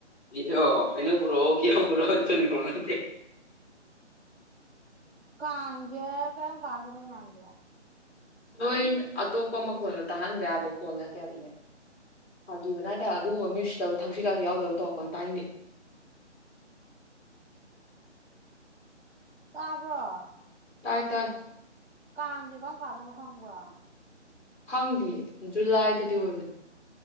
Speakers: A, on the left; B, on the right.
A: ꯏꯗ ꯑꯩꯅ ꯎꯕ꯭ꯔꯣ ꯀ ꯎꯕ꯭ꯔꯣ ꯏ ꯇꯣꯅꯠꯇ
B: ꯀꯥꯥꯟꯖꯦ ꯀꯝ ꯀꯥꯟꯗ ꯅ ꯃꯒꯦ
A: ꯅꯣꯏ ꯑꯇꯣꯞꯄ ꯃꯈꯣꯜꯗ ꯇꯥꯍꯟꯕ ꯌꯥꯕ ꯀꯣ ꯅꯠꯇꯦꯕꯅꯦ ꯐꯥꯈꯤꯕꯅ ꯍꯥꯏꯇꯥꯔꯦ ꯑꯗꯨꯒꯨꯝꯕ ꯃꯤꯑꯣꯏꯁꯤꯗꯕꯨ ꯎꯗ ꯇꯣꯀ ꯇꯤ
B: ꯇꯥꯕ꯭ꯔꯣ
A: ꯇꯥꯏ ꯇꯥꯏ
B: ꯀꯥꯡꯁꯦ ꯀꯔꯝ ꯀꯥꯟꯗꯅꯣ ꯈꯪꯕ꯭ꯔꯥ
A: ꯈꯪꯗꯦ ꯖꯨꯂꯥꯏꯗꯗꯤ ꯑꯣꯏꯕꯅꯤ